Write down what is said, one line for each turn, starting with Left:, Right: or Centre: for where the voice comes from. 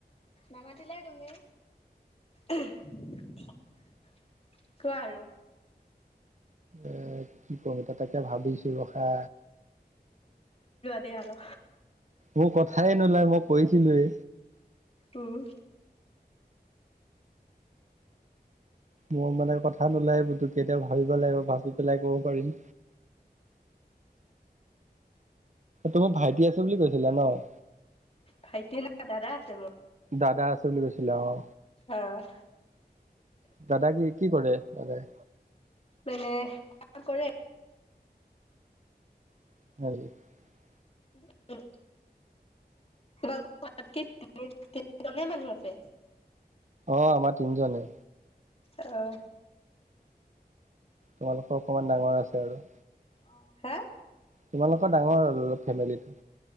Left: নামাতিলাই তুমি। কোৱা আৰু।
Right: এ কি কম এতিয়া তাকে ভাবিছোঁ ৰখা।
Left: দে আৰ।
Right: মোৰ কথাই নোলায় মই কৈছিলোৱে।
Left: উম।
Right: মোৰ মানে কথা থা নোলায়ে পুতুককে। এতিয়া ভাবিব লাগিব। ভাবি পেলাই ক'ব পাৰিম। তোমাৰ ভাইটি আছে বুলি কৈছিলা ন'?
Left: ভাইটি নাই, দাদা আছে মোৰ।
Right: দাদা আছে বুলি কৈছিলা, অ'।
Left: অ'।
Right: দাদা কি- কি কৰে দাদাই?
Left: মানে <inaudible> কৰে
Right: <inaudible>
Left: উম। তোমালোকৰ <unintelligible> তিনি- <unintelligible> দলে <unintelligible> মানুহ আছে
Right: অ' আমাৰ তিনিজনে।
Left: অ'।
Right: তোমালোকৰ অকণমান ডাঙৰ আছে আৰু।
Left: অ'। হা?
Right: তোমালোকৰ ডাঙৰ আৰু ফেমিলিটো।